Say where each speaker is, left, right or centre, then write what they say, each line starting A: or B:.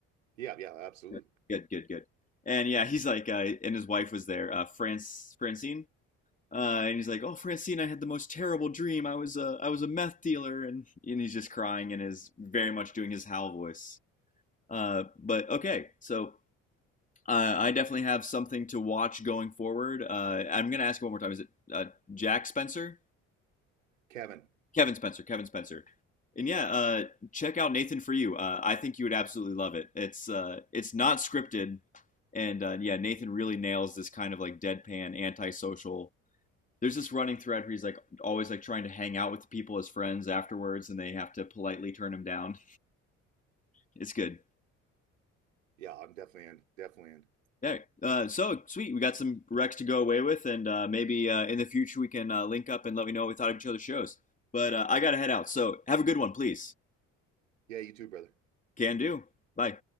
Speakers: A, on the right (about 80°); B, on the left (about 20°).
A: Yeah. Yeah. Absolutely.
B: Yeah. Good, good, good. And yeah, he's like, uh, and his wife was there, uh, France Francine. Uh, and he's like, "Oh, Francine, I had the most terrible dream. I was a I was a meth dealer," and and he's just crying and is very much doing his Hal voice. Uh, but okay, so uh, I definitely have something to watch going forward. Uh, I'm gonna ask one more time. Is it uh, Jack Spencer?
A: Kevin.
B: Kevin Spencer, Kevin Spencer. And yeah, uh, check out Nathan for you. Uh, I think you would absolutely love it. It's uh, it's not scripted, and uh, yeah, Nathan really nails this kind of like deadpan, antisocial. There's this running thread where he's like always like trying to hang out with the people as friends afterwards, and they have to politely turn him down. It's good.
A: Yeah. I'm definitely in. Definitely in.
B: Yeah. Uh, so sweet. We got some recs to go away with, and uh, maybe uh, in the future we can uh, link up and let me know what we thought of each other's shows. But uh, I gotta head out. So have a good one, please.
A: Yeah. You too, brother.
B: Can do. Bye.